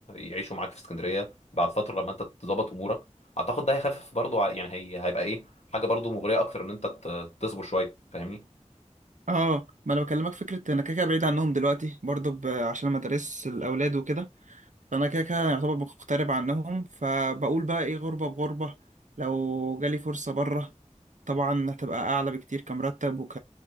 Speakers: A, on the left; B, on the right.
A: يعيشوا معاك في اسكندريه بعد فتره لما انت تظبط امورك اعتقد ده هيخفف برضو ع- يعني هي... هيبقى ايه حاجه برضو مغريه اكتر ان انت ت... تصبر شويه فاهمني
B: اه ما انا بكلمك فكرة انا كده كده بعيد عنهم دلوقتي برضو ب- عشان مدارس الاولاد وكده فانا كده كده يعتبر مغترب عنهم فبقول بقى ايه غربة بغربة لو جالي فرصة بره طبعا هتبقى اعلى بكتير كمرتب وك